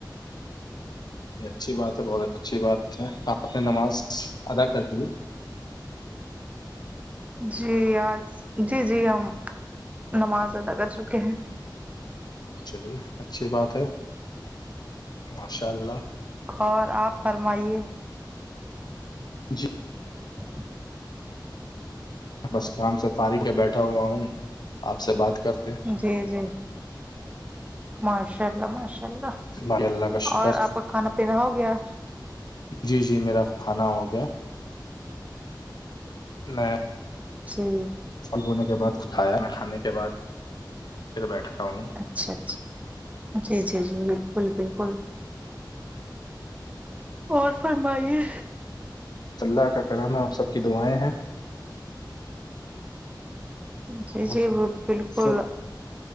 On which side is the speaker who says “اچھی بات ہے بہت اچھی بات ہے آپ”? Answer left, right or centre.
Left